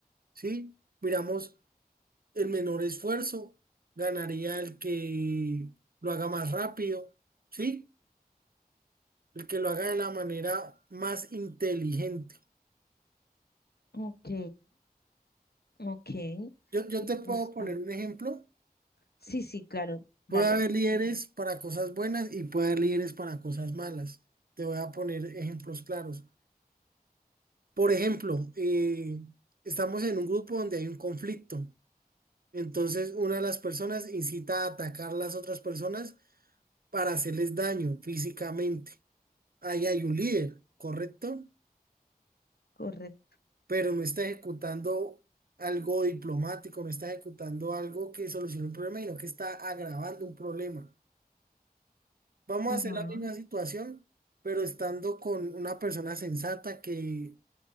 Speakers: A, on the right; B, on the left.
A: ¿sí? Miramos el menor esfuerzo, ganaría el que lo haga más rápido, ¿sí? El que lo haga de la manera más inteligente.
B: Ok, ok,
A: Yo, yo
B: me
A: te puedo
B: gusta.
A: poner un ejemplo
B: Sí, sí, claro, dale,
A: Puede haber líderes
B: dime.
A: para cosas buenas y puede haber líderes para cosas malas. Te voy a poner ejemplos claros. Por ejemplo, eh, estamos en un grupo donde hay un conflicto. Entonces, una de las personas incita a atacar a las otras personas para hacerles daño físicamente. Ahí hay un líder, ¿correcto?
B: Correcto.
A: Pero no está ejecutando algo diplomático, no está ejecutando algo que solucione un problema, sino que está agravando un problema. Vamos
B: Ajá.
A: a hacer la misma situación, pero estando con una persona sensata que,